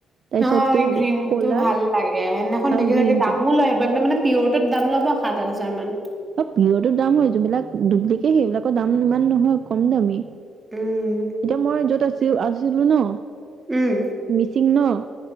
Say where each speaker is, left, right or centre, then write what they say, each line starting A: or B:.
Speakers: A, on the right (about 55°); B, on the right (about 15°).
A: তাৰপিছত
B: অ
A: তোৰ
B: গ্ৰীণতটো
A: কলা
B: ভাল লাগে সেইদিনাখন
A: আৰু
B: দেখি <unintelligible>
A: গ্ৰীণটো
B: দামো লয় <unintelligible> মানে পিয়ৰটোত দাম ল'ব সাত আঠ হাজাৰ মান।
A: ও পিয়ৰটো দাম হয়, যোনবিলাক ডুপ্লিকেট সেইবিলাকৰ দাম ইমান নহয়, কম দামী!
B: উম,
A: এতিয়া মই য'ত আছিল আছিলো ন,
B: উম,
A: মিচিং ন